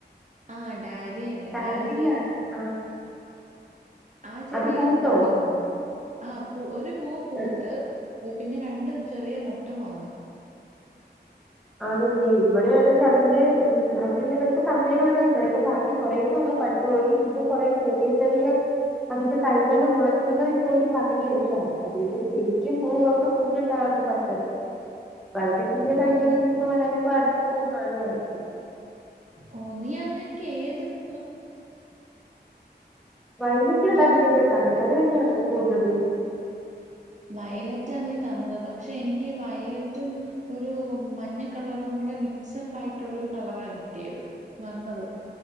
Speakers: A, on the right; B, in the centre.
A: ആ ഡാലിയന്നെ
B: ഡാലിയാണ്
A: ഡാലിയ
B: ആ
A: ആ ചെടിയില്
B: അത് പൂത്തോ
A: മൊട്ട വന്നു ആ പൂ ഒരു പൂ പൂത്ത്
B: ആ,
A: പിന്നെ രണ്ടും ചെറിയ മെട്ടും വന്നു
B: ആണല്ലേ ഈ ഇവിടെയാണെങ്കിൽ അതി അല്ലെങ്കിൽ നമുക്ക് തന്നേുള്ള അ ബാക്കി കുറേ അതിന്റെ പിന്നെ പഴുത്തുപോയി കുറ ചെറിയ ചെറിയ അതിന്റെ തൈകള് മുളച്ചുന്നത് ഇപ്പൊ ഒരു പകുതിയൊക്കെ ആയിഅതേല്ശരിക്കും പൂവൊക്കെ പൂവിട്ട പട്ടത് <inaudible> അപ്പ അതിന്റെ പുതിയ
A: ഓ
B: തയ്യണേ
A: നീ
B: വരുമ്പോ അടുത്ത പൂ കാണുമായിരിക്കും
A: ഓ നീ അന്ന് എനിക്ക് ഏത് പൂ
B: വൈലറ്റകളറിന്റെ
A: ആഹ്
B: ഞാൻ തന്നത് അത് തന്നെയാണ് പൂത്തത്
A: വയലറ്റ ആണ് നീ തന്നത് പക്ഷെ എനിക്ക് വയലറ്റും ഒരു മഞ്ഞ കളറും ടെ മിക്സ്പ്പ് ആയിട്ടുള്ളരു കളറ കിട്ടിയത് വന്നത്